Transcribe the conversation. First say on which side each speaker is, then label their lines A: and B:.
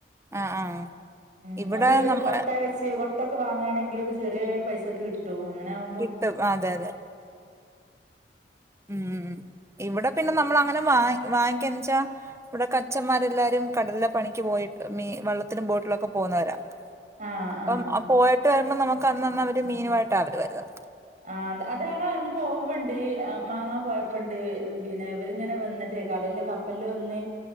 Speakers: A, on the right (about 15°); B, on the right (about 45°).
A: ആഹ് ആഹ്
B: ഉം
A: ഇവിടെ
B: അത് ഒരു
A: നമ്മ
B: കൊട്ട വെച്ച് കൊ ട്ടയൊക്കെ വാങ്ങാങ്കിൽ ചെറിയ പൈസക്ക് കിട്ടും. അങ്ങനെ ആവുമ്പൊ
A: കിട്ടും അതെ അതെ ഉം ഇവിടെ പിന്നെ നമ്മൾ അങ്ങനെ വാങ് വാങ്ങിക്കാണ്ച്ചാ. ഇവിടെക്കെ അച്ഛൻമാരെല്ലാരും കടലിലെ പണിക്ക് പോയിട്ട് മീ വെള്ളത്തിനും ബോട്ടിലൊക്കെ പോകുന്നവരാ.
B: ആഹ്
A: അപ്പം
B: ആഹ്
A: ആ പോയിട്ട് വരുമ്പം നമുക്ക് അന്നന്ന് അവര് മീനുമായിട്ടാ അവര് വരുവാ
B: ആഹ് അതാ ഞങ്ങൾ അന്ന് പോവുമ്പണ്ട് വാങ്ങാൻ പോയപ്പണ്ട് പിന്നെ ഇവരിങ്ങനെ വന്നിട്ട് കടലില് കപ്പലില് വന്ന്